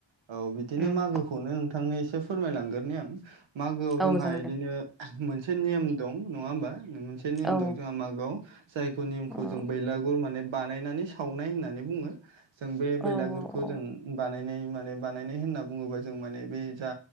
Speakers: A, on the right; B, in the centre.
A: औ बिदिनो
B: उम
A: मागो नोंथांनो एसे फोरमायलांगोरनि आं मागोआव जोंहा
B: औ जागोन
A: बिदिनो
B: दे
A: मोनसे नेम दं नङा होनबा मोनसे नेम
B: औ
A: दं जोंहा मागोआव जायखौ नेमखौ
B: औ
A: जों बैलागुर माने बानायनानै सावनाय होननानै बुङो जों बे बेलागुरखौ
B: औ औ
A: जों बानायनाय माने बानायनाय होनना बुङोबा जों माने बे जा